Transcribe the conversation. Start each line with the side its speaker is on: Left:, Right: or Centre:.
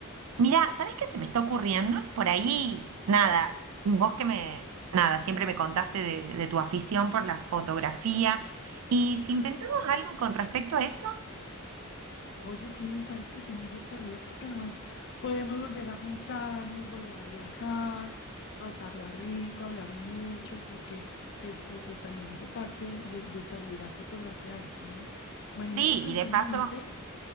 Right: Mira, ¿sabés qué se me está ocurriendo? Por ahí, nada, vos que me, nada, siempre me contaste de, de tu afición por la fotografía. Y si intentamos
Left: sí.
Right: algo con respecto a eso,
Left: Oye, sí, sabes que sí me gustaría, porque además podemos volver a juntarnos, volver a viajar, pasarla rico, hablar mucho, porque es, eh, eh, también hace parte de, de salir a fotografiar, ¿sabes? Imagínate
Right: sí,
Left: que últimamente
Right: y de paso,